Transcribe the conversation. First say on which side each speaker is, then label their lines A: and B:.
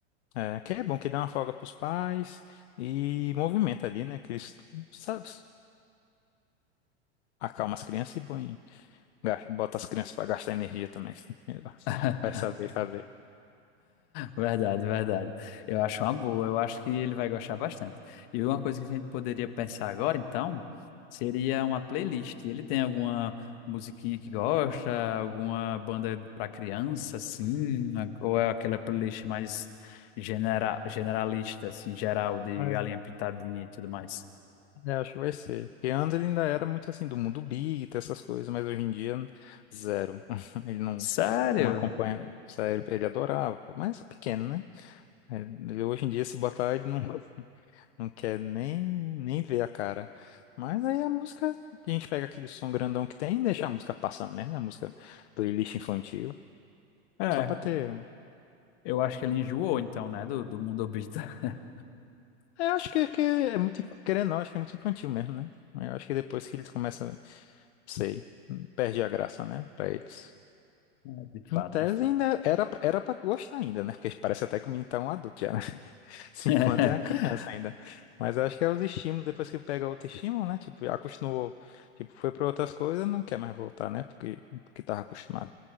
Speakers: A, on the left; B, on the left.
A: É, que é bom que dá uma folga pros pais e movimenta ali, né? Que eles, sabe, acalma as crianças e põe, gas- bota as crianças pra gastar energia também. <laughs>
B: <laughs>
A: Vai saber fazer.
B: Verdade, verdade. Eu acho uma boa, eu acho que ele vai gostar bastante. E uma coisa que a gente poderia pensar agora, então, seria uma playlist. Ele tem alguma musiquinha que gosta, alguma banda para criança, assim, ou é aquela playlist mais genera generalista, assim, geral, de
A: É,
B: galinha pintadinha e tudo mais?
A: eu acho que vai ser. Porque antes ele ainda era muito assim, do mundo big, essas coisas, mas hoje em dia, zero. <laughs> Ele não,
B: Sério?
A: não acompanha. Sério, ele adorava, pô, mas é pequeno, né? Ele, hoje em dia, se botar, ele não. Não quer nem, nem ver a cara. Mas aí a música, a gente pega aquele som grandão que tem e deixa a música passando mesmo, né? A música playlist infantil.
B: É,
A: Só pra ter.
B: eu acho que ele enjoou, então, né, do, do mundo obita. <laughs>
A: é, Eu acho que, que é muito. inf- Querendo ou não, acho que é muito infantil mesmo, né? Eu acho que depois que eles começam, sei, perde a graça, né? Pra eles.
B: De fato,
A: Em tese
B: de fato.
A: ainda era, era pra era pra gostar ainda, né? Porque parece até que o menino tá um adulto já, né? Cinco
B: <laughs>
A: anos é uma criança ainda. Mas eu acho que é os estímulos, depois que pega outro estímulo, né? Tipo, acostumou, tipo, foi para outras coisas, não quer mais voltar, né? Porque, porque tava acostumado.